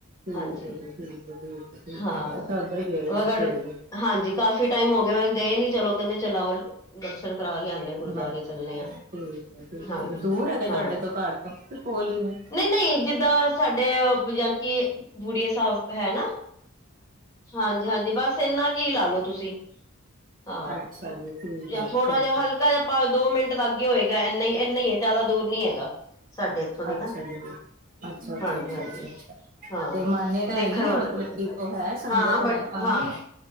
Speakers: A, on the right; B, on the left.
A: ਠੀਕ
B: ਹਾਂਜੀ
A: ਹੈ ਜੀ ਠੀਕ ਠੀਕ ਠੀਕ
B: ਹਾਂ
A: ਅਛਾ ਉੱਧਰ ਹੀ ਗਏ
B: ਮਗਰ
A: ਸੀ ਸਵੇਰ ਦੇ।
B: ਹਾਂਜੀ ਕਾਫ਼ੀ ਟਾਈਮ ਹੋ ਗਿਆ ਮੈਂ ਗਏ ਨੀ ਚਲੋ ਕਹਿੰਦੇ ਚਲਾਓ ਦਰਸ਼ਨ ਕਰਾ ਲਿਆਦੇ
A: ਠੀਕ
B: ਹਾਂ। ਗੁਰਦੁਆਰੇ
A: ਹੈ
B: ਚੱਲਣੇ ਆ।
A: <unintelligible>
B: ਹਾਂਜੀ
A: ਦੂਰ ਹੈਗੇ ਤੂਆਡੇ
B: ਹਾਂ
A: ਤੋ ਘਾਰ ਤੋਂ, ਕੇ ਕੋਲ ਈ ਐ?
B: ਨਹੀਂ ਨਹੀਂ ਜਿੱਦਾਂ ਸਾਡੇ ਯਾਨੀ ਕੀ ਬੁੜੀਏ ਸ੍ਹਾਬ ਹੈ ਨਾ। ਹਾਂਜੀ, ਹਾਂਜੀ ਬਾੱਸ ਏਨਾ ਕੀ ਲਾਲੋ ਤੂਸੀ। ਹਾਂ,
A: ਅੱਛਾ ਜੀ ਠੀਕ
B: ਯਾ
A: ਹੈ ਜੀ
B: ਥੋੜਾ
A: ਠੀਕ
B: ਜਾ
A: ਹੈ
B: ਹਲਕ ਤਏ ਅਪਾਂ ਦੋ ਮਿੰਟ ਲਾਗੇ ਹੋਏਗਾ ਏਨਾ, ਏਨਾ ਈ ਏ, ਜਾਦਾ ਦੂਰ ਨੀ ਹੈਗਾ। ਸਾਡੇ ਇੱਥੋਂ ਦੀ
A: ਅੱਛਾ
B: ਨਾ
A: ਜੀ ਅੱਛਾ ਅੱਛਾ
B: ਹਾਂਜੀ,
A: ਅੱਛਾ
B: ਹਾਂਜੀ।
A: ਅੱਛਾ ਅੱਛਾ
B: ਹਾਂ,
A: ਤੇ ਮਾਨਿਅਤਾ
B: ਦੇਖਨ
A: ਹੈਗੀ
B: ਵਾਲਾ
A: ਹੈ ਮਤਲਬ
B: <unintelligible>
A: ਕਿ ਉਹ ਹੈ ਸੰਗਤ
B: ਹਾਂ
A: ਹੈ
B: ਬਟ
A: ਆਉਂਦੀ
B: ਹਾਂ।
A: ਹੈ?